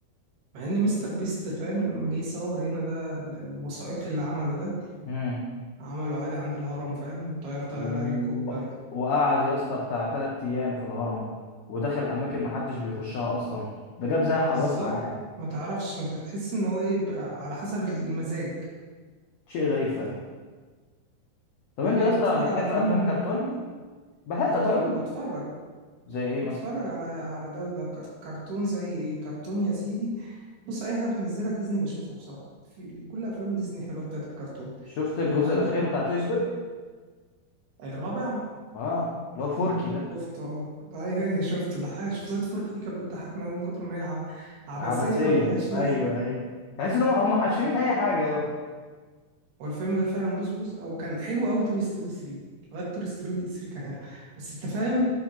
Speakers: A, on the right; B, on the left.
A: مع ان مستر بيست فاهم لما جه يصور هنا ده ال- الوثائقي اللي عمله ده
B: امم
A: عمله عادي عند الهرم فاهم وطير طيارة
B: و...
A: الهليكوبتر
B: وقعد يا اسطى بتاع تلات ايام في الهرم ودخل اماكن ما حدش بيخشها اصلا ده جاب زي حواس
A: بالظبط
B: معاه
A: ما تعرفش ما تحس ان هو ايه بقى على حسب المزاج
B: شيء غريب فعلا طب
A: طب
B: انت
A: ايه
B: يا اسطى
A: بتتفرج
B: بتحب
A: على افلام
B: افلام كرتون
A: كوميدي
B: بحب
A: كرتون
B: اتفرج
A: بتفرج
B: زي ايه مثلا
A: بتفرج على على ده وده ك- كرتون زي ايه كرتون يا سيدي بص اي حاجه بتنزلها ديزني بشوفها بصراحه في كل افلام ديزني حلوه بتاعت الكرتون
B: شفت الجزء
A: يعني عندك
B: الاخير بتاع توي ستوري
A: الرابع
B: اه اللي هو فوركي ده
A: شفته اه ايوه ايوه شفته ضحك شخصيه فورك دي كانت بتضحكنا قوي من كتر ما هي ع- عبثيه
B: عبثية
A: وملهاش
B: ايوه
A: لازمه
B: ايوه تحس ان هم هم حاشرين
A: بس
B: اي حاجة أوي.
A: هو الفيلم ده فعلا بص بص او كان حلو قوي توي ستوري 3 لغايه توي ستوري 3 كان حلو بس انت فاهم